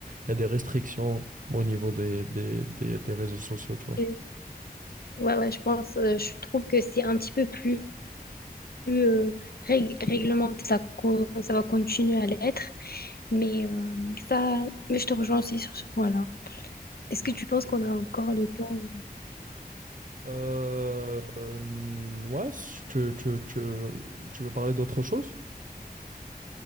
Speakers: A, on the right; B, on the left.
A: il y a des restrictions au niveau des, des, des, des réseaux sociaux, tu vois.
B: Et- Ouais, ouais, je pense, euh, je trouve que c'est un petit peu plus euh, rég- réglementé. Ça, co- ça va continuer à l'être. Mais euh, ça, mais je te rejoins aussi sur ce point-là. Est-ce
A: Ouais,
B: que tu penses
A: c'est
B: qu'on
A: exactement
B: a encore le temps?
A: ça. Euh, euh, ouais, si tu, tu, tu, tu veux parler d'autre chose?